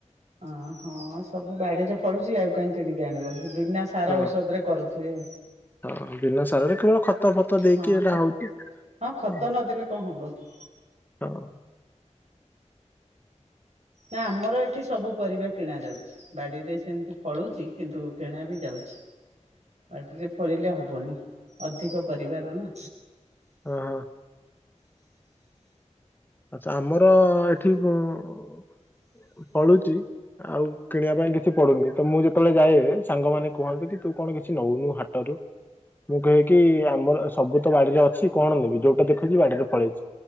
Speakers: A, on the right; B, on the left.
A: ଅ ହଁ ସବୁ ବାଡିରେ ଫଳୁଛି ଆଉ କାହିଁ କିଣିକି ଆଣିବ? ବିନା ସାର
B: ହଁ
A: ଔଷଧରେ କରୁଥିବେ।
B: ହଁ ବିନା ସାରରେ କେବଳ ଖତ ଫତ ଦେଇକି
A: ହଁ
B: ଏଇଟା
A: ଖତ
B: ହଉଛି। ହ।
A: ହଁ ଖତ ନଦେଲେ କଣ ହବ କି?
B: ହଁ।
A: ନା ଆମର ଏଠି ସବୁ ପରିବା କିଣା ଯାଉଛି। ବାଡିରେ ସେମିତି ଫଳୁଛି କିନ୍ତୁ କିଣା ବି ଯାଉଛି। ବାଡିରେ ଫଳିଲେ ହବନି ଅଧିକ ପରିବାର ନା?
B: ଓହୋ। ଆଚ୍ଛା ଆମର ଏଠି ପଳୁଛି? ଆଉ କିଣିବା ପାଇଁ କିଛି ପଡୁନି। ତ ମୁଁ ଯେତେବେଳେ ଯାଏ ସାଙ୍ଗମାନେ କୁହନ୍ତି କି ତୁ କଣ କିଛି ନଉନୁ ହାଟରୁ? ମୁଁ କହେକି ଆମର ସବୁ ତ ବାଡିରେ ଅଛି। କଣ ନେବି? ଯୋଉଟା ଦେଖୁଛି ବାଡିରେ ଫଳେଇଛି।